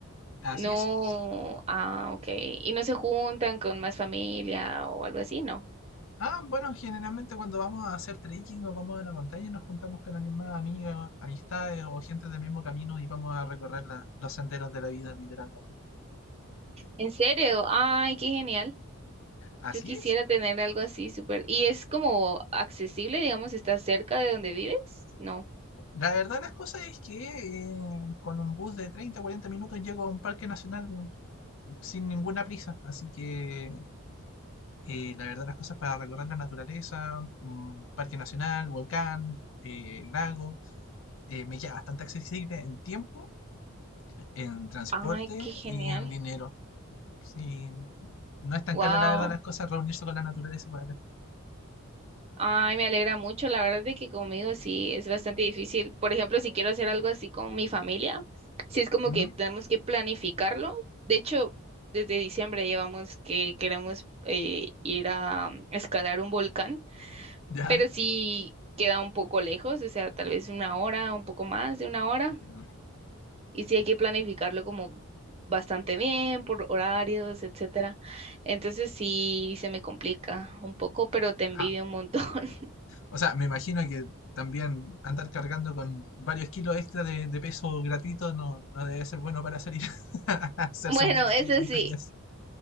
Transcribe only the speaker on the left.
Así
es.
Ah, bueno, generalmente cuando vamos a hacer trekking o vamos a la montaña nos juntamos con alguien más, amigas, amistades o gente del mismo camino y vamos a recorrer la- los senderos de la vida literalmente.
Así
es.
La verdad las cosas es que eh, con un bus de 30, 40 minutos llego a un parque nacional ¿no? sin ninguna prisa. Así que eh, la verdad las cosas para recorrer la naturaleza, mm, parque nacional, volcán, eh, lago, eh, me queda bastante accesible en tiempo en transporte
y en dinero. Sí, no es tan
cara la verdad las cosas reunirse con la naturaleza por acá.
Mm,
Ya,
entiendo.
Ajá.
O sea, me imagino que también andar cargando con varios kilos extra de, de peso gratuito no, no debe ser bueno para salir <laughs> a hacer
senderismo,
montañas.